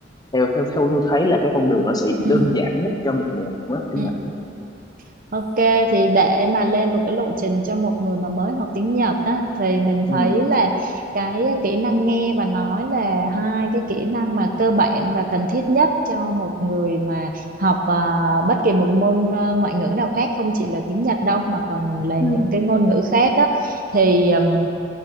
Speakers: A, on the left (about 20°); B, on the right (about 50°).
A: theo theo theo Thu thấy là cái con đường nó sẽ
B: ừ
A: đơn giản nhất cho một người học mới học tiếng
B: ừ.
A: Nhật.
B: Ok thì để mà lên một cái lộ trình cho một người mà mới học tiếng Nhật á thì mình
A: Ừ.
B: thấy là cái kỹ năng nghe và nói là hai cái kỹ năng mà cơ bản và cần thiết nhất cho một người mà học à, bất kỳ một môn à, ngoại ngữ nào khác không chỉ là tiếng Nhật đâu mà còn là
A: ừ
B: những cái ngôn ngữ khác đó thì ừm,